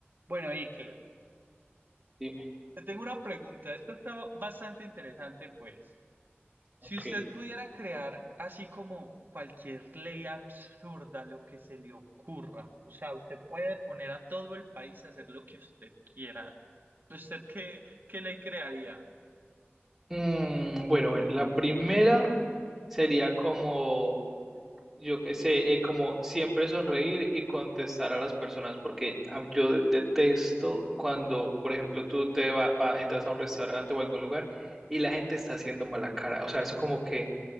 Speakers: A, on the right; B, in the centre.
A: Bueno, Iker,
B: Dime,
A: te tengo una pregunta. Esta está bastante interesante, pues. Si
B: ok.
A: usted pudiera crear así como cualquier ley absurda, lo que se le ocurra, o sea, usted puede poner a todo el país a hacer lo que usted quiera. ¿Usted qué, qué ley crearía?
B: Mm, bueno, bueno, la primera sería como, yo qué sé, eh, como siempre sonreír y contestar a las personas, porque ah, yo detesto cuando, por ejemplo, tú te va, va- entras a un restaurante o algún lugar y la gente está haciendo mala cara. O sea, eso como que